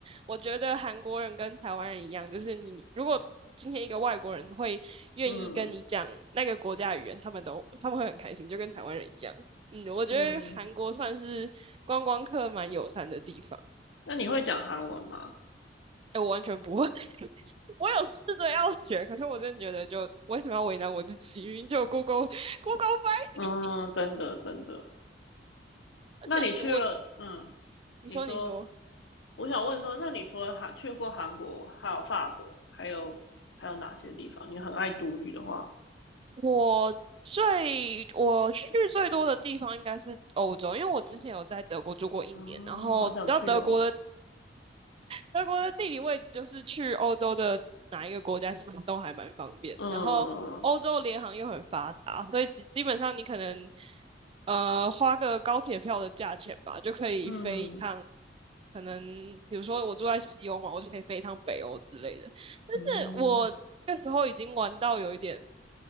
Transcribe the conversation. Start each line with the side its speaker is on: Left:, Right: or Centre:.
Right: 我觉得韩国人跟台湾人一样，就是你如果今天一个外国人会愿意跟你讲那个国家语言，
Left: 嗯
Right: 他们都他们会很开心，就跟台湾人一样。嗯，我觉得韩国算是观光客蛮友善的地方。
Left: 嗯，那你会讲韩文吗？
Right: <laughs> 哎，我完全不会，<laughs> 我有试着要学，可是我真的觉得就为什么要为难我自己？明明就有 Google Google 翻译，
Left: 嗯，真的真的。
Right: 而且我，
Left: 那你去了，
Right: 嗯
Left: 嗯，
Right: 你说你说。
Left: 你说。我想问说，那你除了韩去过韩国，还有法国，还有还有哪些地方？你很爱独旅的话，
Right: 我最我去最多的地方应该是欧洲，因为我之前有在德国住过一年，
Left: 啊，
Right: 然后然后德国的
Left: 好想去哦。
Right: 德国的地理位置就是去欧洲的哪一个国家其实都还蛮方便的，
Left: 嗯
Right: 然后欧洲联航又很发达，所以基基本上你可能呃花个高铁票的价钱吧，就可以飞一趟。
Left: 嗯
Right: 可能比如说我住在西欧嘛，我就可以飞一趟北欧之类的。但是我那时候已经玩到有一点。
Left: 嗯，